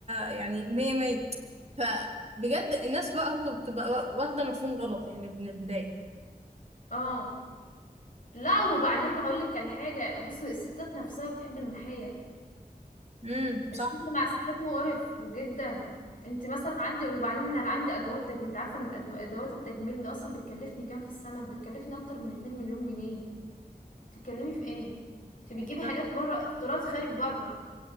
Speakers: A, on the right (about 45°); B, on the left (about 55°).
A: آه، يعني مية مية فبجد الناس بقى برضه بتبقى واخده مفهوم غلط يعني من البدايه
B: اه لا وبعدين هقول لك على حاجه بص الستات نفسها بتحب المناحيه
A: امم
B: الشغل مع الستات مقرف جدا انت مثلا عندي وبعدين انا عندي ادوات تجميل انت عارفه ان الأد- ادوات التجميل ده اصلا بتكلفني كام في السنه بتكلفني اكتر من 2 مليون جنيه تتكلمي في ايه انت بتجيبي
A: صح
B: حاجات بره استيراد خارج بره